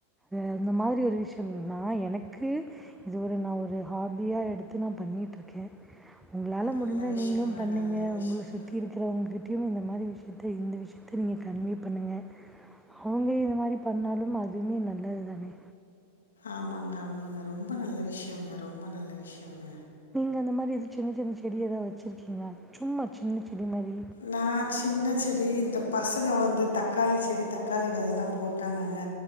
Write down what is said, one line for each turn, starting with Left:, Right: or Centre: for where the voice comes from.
Centre: ஆ அந்த மாதிரி ஒரு விஷயம்னா எனக்கு இது ஒரு நா ஒரு ஹாபியா எடுத்து நா பண்ணிட்டுருக்கே உங்களால
Left: நல்ல
Centre: முடிஞ்சா
Left: விஷயங்க
Centre: நீங்களு பண்ணுங்க
Left: நல்ல விஷயம்
Centre: உங்கள சுத்தி இருக்க றவங்ககிட்டயு இந்த மாதி விஷயத்த இந்த விஷயத்த நீங்க கன்வே பண்ணுங்க ஹோம்வே இந்த மாரி பண்ணாலு அதுமே நல்லது தானே
Left: ஆமாங்க ஆமாங்க ரொம்ப நல்ல விஷயங்க ரொம்ப நல்ல விஷயங்க
Centre: நீங்க அந்த மாரி எது சின்ன சின்ன செடி ஏதாவது வச்சிருக்கீங்களா சும்மா சின்ன செடி மாதி
Left: நா சின்ன செடி இந்தப் பசங்க வந்து தக்காளி செடி தக்காளி விதெல்லா போட்டாங்கங்க